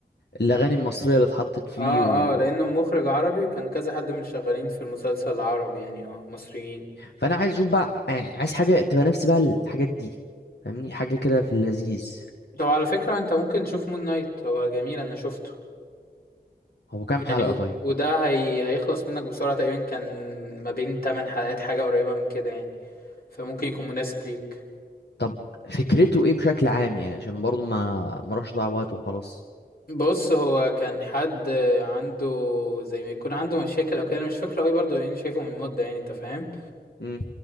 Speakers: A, on the left; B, on the left.
A: الاغاني المصريه اللي اتحطت فيه
B: اه
A: و...
B: اه لانه مخرج عربي وكان كذا حد من اللي شغالين في المسلسل العربي يعني اه مصريين
A: فانا عايز اشوف بقى يعني عايز حاجه تبقى نفس بقى الحاجات دي فاهمني حاجه كده في اللذيذ
B: طب على فكرة انت ممكن تشوف مون نايت هو جميل انا شفته
A: هو كام
B: يعني
A: حلقه
B: و-
A: طيب
B: وده هي... هيخلص منك بسرعة تقريبا كان ما بين 8 حلقات حاجة قريبة من كده يعني فممكن يكون مناسب ليك
A: طب فكرته ايه بشكل عام يعني عشان برضو ما ما اروحش اضيع وقت وخلاص
B: بص هو كان حد عنده زي ما يكون عنده مشاكل او كده انا مش فاكره قوي برضه لاني شايفه من مده يعني انت فاهم
A: امم